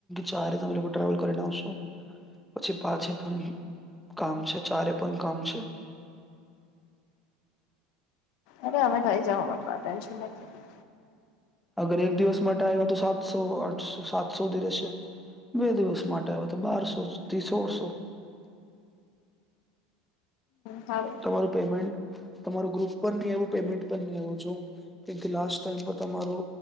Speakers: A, in the centre; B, on the left.
A: ચારે તમે ટ્રાવલ કરીને આવશો પછી પાંચે પણ કામ છે ચારે પણ કામ છે <inaudible> <inaudible>
B: અરે અમે થાઈ જાઓ બપા ટેન્શન નથી.
A: અગર એક દિવસ માટે આવ્યા તો સાતસો આઠસો સાતસોધી રહેશે. બે દિવસ માટે આવ્યો તો બારસો થી સોળસો
B: સારું
A: તમારું પેમેન્ટ તમાર ગ્રુપ પણ નહી આવું પેમેન્ટ ન આવું જો કેમ લાસ ટાઈમ તમારો